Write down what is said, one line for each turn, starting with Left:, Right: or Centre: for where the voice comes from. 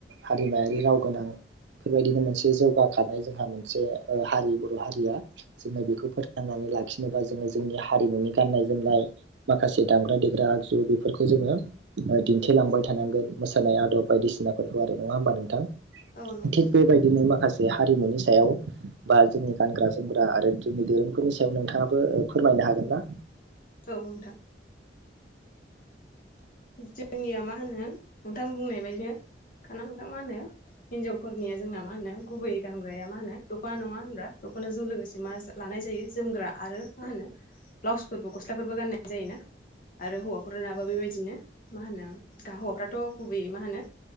Right: हारिमायारि राव गोनां बेफोरबायदिनो मोनसे जौगाखानाय जोंहा मोनसे हारि बर' हारिया जोङो बेखौ फोथांनानै लाखिनोबा जोङो जोंनि हारिमुनि गाननाय जोमनाय माखासे दामग्रा देग्रा आगजु बेफोरखौ जोङो दिन्थिलांबाय थानांगोन मोसानाय आदब बायदिसिनाफोरखौ आरो नङा होमबा नोंथां
Left: औ नंगौ
Right: थिग बेबायदिनो माखासे हारिमुनि सायाव बा जोंनि गानग्रा जोमग्रा आरो जोंनि धोरोमफोरनि सायाव नोंथाङाबो फोरमायनो हागोन ना?
Left: औ नोंथां जोंनिया मा होनो नोंथां बुंनाय बायदिनो खाना नोंथां मा होनो हिनजावफोरनिया जोंना मा होनो गुबै गानग्राया मा होनो दख'ना नङा होनाब्ला दख'नाजों लोगोसे मा लानाय जायो जोमग्रा आरो मा होनो ब्लाउसफोरबो गस्लाफोरबो गाननाय जायो ना आरो हौवाफोरनाबो बेबायदिनो मा होनो गा हौवाफ्राथ' गुबैयै मा होनो